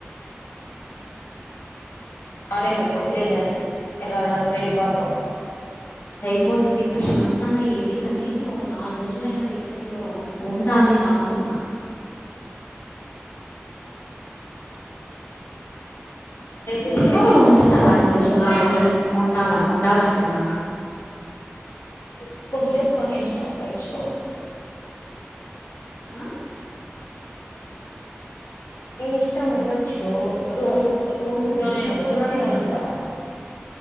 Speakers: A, on the left (about 85°); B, on the left (about 45°).
A: బాలేం
B: నేనైతే
A: వదిలేయ్ దాన్ని వేళ్ళని ఉన్నప్పుడు వెళ్ళిపోతాం.
B: పోతుంది ప్రశాంతంగా వెళ్ళి కనీసం ఒక నాలుగు రోజులైనా తిరుపతిలో ఉ ఉండాలి అని అనుకున్నా
A: అదే చెప్పేది
B: తిరుమలలో ఉంచుతారా
A: అనుకో బాపు
B: అన్ని రోజులు
A: కుదరట్లే
B: నాలుగు రోజులు ఉం ఉంటాలం ఉండాలంటేనా
A: ఏమ్ బుక్ చేసుకొని ఇష్టం ఉండచ్చు
B: ఆ
A: మీ ఇష్టం ఉండొచ్చు
B: ఏంటది
A: రూమ్ బుక్ రూమ్ బుక్ లోనే రూమ్ లోనే కద ఉంటామ్